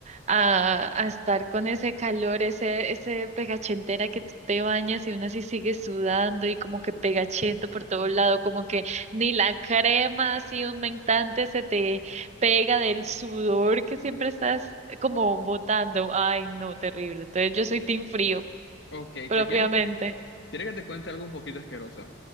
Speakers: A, on the right (about 35°); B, on the left (about 60°).
A: a, a estar con ese calor, ese, ese pegachentera que tú te bañas y uno así sigue sudando y como que pegachento por todo lado, como que ni la crema así mentante se te pega del sudor que siempre estás como botando. Ay, no, terrible. Entonces, yo soy team frío,
B: Ok,
A: propiamente.
B: te quiero Quiero que te cuente algo un poquito asqueroso.